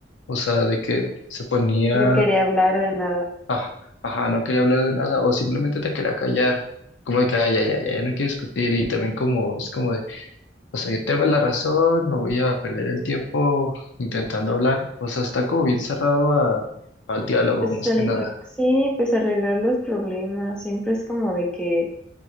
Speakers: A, on the left; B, in the centre.
A: O sea, de que se ponía,
B: No quería hablar de nada.
A: ah, ajá, no quería hablar de nada. O simplemente te quería callar. Como de que, "Ah, ya, ya, ya, ya no quiero discutir. Y también como, es como de, o sea, yo tengo la razón, no voy a perder el tiempo intentando hablar. O sea, está como bien cerrado a, al diálogo,
B: Pues
A: más
B: el-
A: que nada.
B: sí, pues arreglar los problemas, siempre es como de que